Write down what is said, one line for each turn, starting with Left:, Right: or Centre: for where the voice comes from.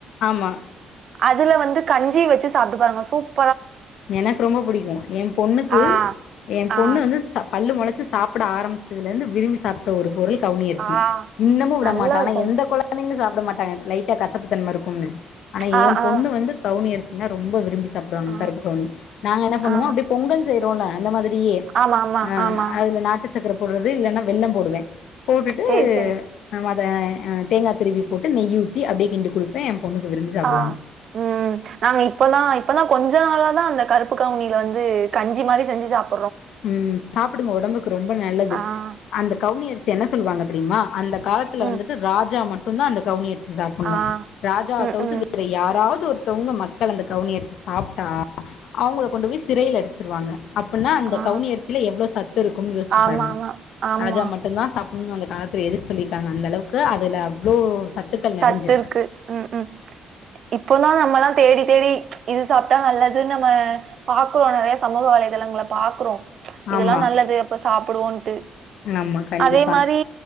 Left: ஆமா
Right: அதுல வந்து கஞ்சிய வச்சு சாப்ட்டு பாருங்க சூப்
Left: எனக் ரொம்ப புடிக்கு என் பொண்ணுக்கு
Right: ஆ
Left: என் பொண்ணு
Right: ஆ
Left: வந்து ச பல்லு மொளைச்ச து சாப்ட ஆரம்பிச்சதுலிருந்து விரும்பி சாப்ட ஒரு பொருள் கவுனியரிசி
Right: ஆ
Left: இன்னமு விட
Right: நல்லா
Left: மாட்டா ஆனா
Right: இருக்கும்
Left: எந்த கொழந்தைங்க சாப்ட சாப்ட மாட்டாங்க லைட்டா கசப்புத்தன்ம இருக்கும்னு ஆனா ஏ
Right: ஆ
Left: பொண்ணு
Right: ஆ
Left: வந்து கவுனியரசி என்ன ரொம்ப விரும்பி சாப் சாப்டுவாங்க
Right: ஆ
Left: <unintelligible> நாங்க என்ன பண்ணுவோ
Right: ஆ
Left: அப்டி பொங்கல் செ <unintelligible> அந்த மாதிரி <unintelligible>
Right: ஆமா ஆமா
Left: அதுல
Right: ஆமா
Left: நாட்டுசக்கர நாட்டுசக்கர போடுறது இல்லன்னா வெல்லம் போடுவே போட்டுட்டு
Right: சேரி சேரி
Left: ஆமா தே அ தேங்கா திருவி போட்டு நெய் ஊத்தி அப்டியே கிண்டி குடுப்பே பொண்ணுக்கு விரும்பி சாப்டுவாங்க
Right: ஆஹ் உம் நாங்க இப்பல்லா இப்பலா கொஞ்ச நாளா தா அந்த கருப்பு கவுனில வந்து கஞ்சி மாரி செஞ்சி சாப்பி
Left: உம் சாப்டுங்க ஒடம்புக்கு ரொம்ப நல்லது
Right: ஆ
Left: அந்த கவுனி அரிசி என்ன சொல்லுவாங்க தெரியுமா அந்த காலத்துல
Right: ம்
Left: வந்துட்டு ராஜா மட்டு டு தான் அந்த கவுனிஅரிசி சாப்புட்னு
Right: ஆ
Left: ராஜாவ
Right: ம்
Left: தவுத்து
Right: ம்
Left: வேற யாராவது ஒரு ஒருத்தவங்க மக்கள் அந்த கவுனிஅரிசி சாப்டா அவுங்கள கொண்டு போய் சிறையில் அடச்சிருவாங்க அப்பனா அந்த
Right: ஆ
Left: க கவுனியரிசில எவ்ளோ சத்து இருக்கும்னு யோஷ்ச்சி
Right: ஆமா
Left: பாருங்க
Right: ஆமா ஆமா
Left: ராஜா மட்டும் தா சாப் ம் அந்த காலத்ல எதுக்கு சொல்லிருக்காங்க அந்த அளவுக்கு அதுல அவ்ளோ சத்துக்கள்
Right: சத்து
Left: நெறஞ்சிருக்கு
Right: இருக்கு உம் உம் இப்போதா நம்மல்லா தேடி தெரி இது சாப்ட்டா நல்லது நம்ம பாக்குறோ நெறைய சமூக வலைதளங்கள்ள பாக்குறோ இதெல்லா
Left: ஆமா
Right: நல்லது அப்ப சாப்டுவோன்ட்டு
Left: ஆமா கண்டிப்பா
Right: அதே மாரி